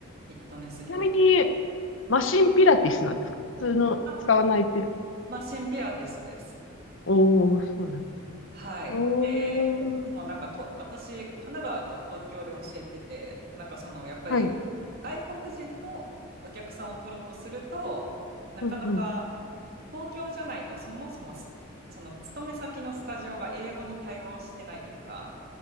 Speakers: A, on the right; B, on the left.
A: フィットネス業界は。
B: ちなみに、マシンピラティスなんですか普通の使わないピラ、
A: あ、マシンピラティスです。
B: おー、そうなんです。
A: はい。
B: おー、
A: で、もうなんかと、私、神奈川と東京で教えてて、なんかその、やっぱり外国人のお客さんを取ろうとすると、
B: はい。
A: なかなか
B: うんうん。
A: 東京じゃないと、そもそもすその勤め先のスタジオが英語に対応してないというか、